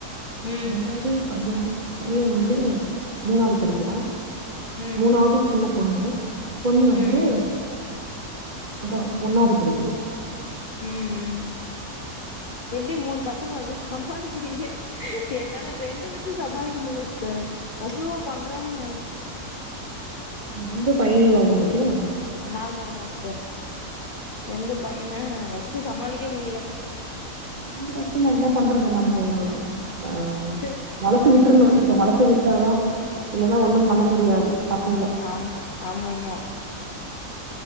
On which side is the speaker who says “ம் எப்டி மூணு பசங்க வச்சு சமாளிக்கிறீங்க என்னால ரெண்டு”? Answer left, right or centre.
Left